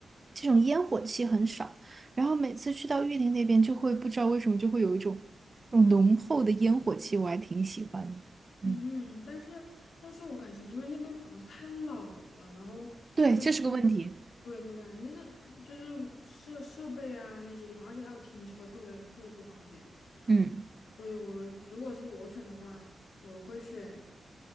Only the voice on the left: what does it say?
嗯，但是但是我感觉，因为那边房子太老了，然后就是，
对对对，就是就是设设备啊那些地方，而且还有停车，特别特别不方便。
所以我如果是我选的话，我会选